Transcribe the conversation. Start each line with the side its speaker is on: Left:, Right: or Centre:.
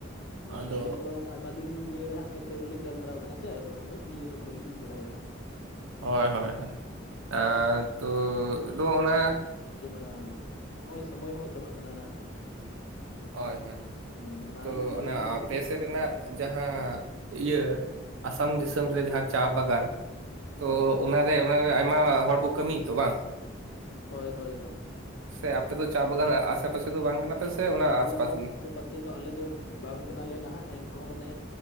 Left: ᱦᱮᱸ
Right: ᱟᱫᱚ
Left: ᱟᱞᱤᱧ ᱫᱚ ᱟᱭᱢᱟ ᱫᱤᱱ ᱱᱤᱭᱮ ᱦᱟᱸᱜ ᱯᱚᱨᱮ ᱵᱟᱹᱞᱤᱧ ᱜᱟᱞᱢᱟᱨᱟᱣ ᱠᱟᱱᱟ ᱥᱮ ᱟᱫᱚ ᱩᱱᱟᱹᱜ ᱤᱭᱟᱹ ᱫᱚ ᱵᱟᱹᱞᱤᱧ ᱵᱟᱲᱟᱭᱟ ᱦᱟᱸᱜ
Right: ᱦᱳᱭ ᱦᱳᱭ ᱛᱚ ᱚᱱᱮ
Left: ᱟᱭᱢᱟ ᱱᱚᱸᱜᱼᱚᱭ ᱥᱚᱢᱚᱭ ᱦᱚᱸ ᱪᱟᱵᱟᱜ ᱠᱟᱱᱟ ᱱᱟᱦᱟᱜ
Right: ᱦᱳᱭ ᱦᱳᱭ
Left: ᱦᱩᱸ ᱢᱟ
Right: ᱛᱚ
Left: ᱞᱟᱹᱭ
Right: ᱟᱯᱮ
Left: ᱵᱤᱱ ᱟᱵᱤᱱ
Right: ᱥᱮᱫ ᱨᱮᱱᱟᱜ ᱡᱟᱦᱟᱸ ᱤᱭᱟᱹ ᱟᱥᱟᱢ ᱫᱤᱥᱚᱢ ᱨᱮ ᱡᱟᱦᱟᱸ ᱪᱟ ᱵᱟᱜᱟᱱ ᱛᱚ
Left: ᱦᱳᱭ
Right: ᱚᱱᱟᱨᱮ ᱚᱱᱟᱨᱮ ᱟᱭᱢᱟ ᱦᱚᱲ ᱠᱚ ᱠᱟᱹᱢᱤᱭᱟᱛᱚ ᱵᱟᱝ
Left: ᱦᱳᱭ ᱦᱳᱭ ᱦᱳᱭ
Right: ᱥᱮ ᱟᱯᱮ ᱫᱚ ᱪᱟ ᱵᱟᱜᱟᱱ ᱟᱥᱮ ᱯᱟᱥᱮ ᱫᱚ ᱵᱟᱝ ᱠᱟᱱᱟ ᱯᱮ ᱥᱮ ᱚᱱᱟ
Left: ᱵᱟᱜᱟᱱ
Right: ᱟᱥᱯᱟᱥ ᱜᱮ?
Left: ᱟᱥᱮ ᱯᱟᱥᱮ ᱫᱚ ᱟᱞᱮ ᱫᱚ ᱵᱟᱝ ᱠᱟᱱᱟᱞᱮ ᱱᱟᱦᱟᱜ ᱮᱱᱦᱚᱸ ᱢᱟᱱᱮ